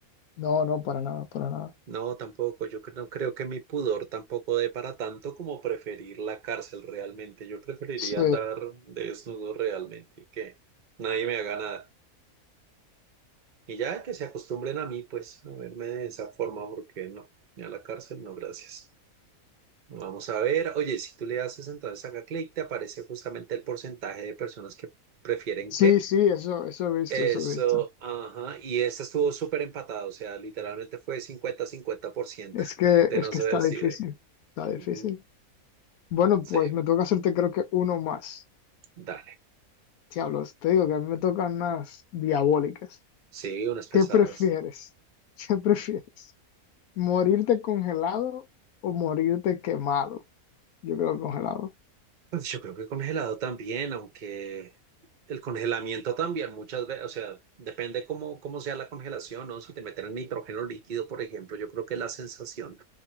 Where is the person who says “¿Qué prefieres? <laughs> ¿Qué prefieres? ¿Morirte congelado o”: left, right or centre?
Left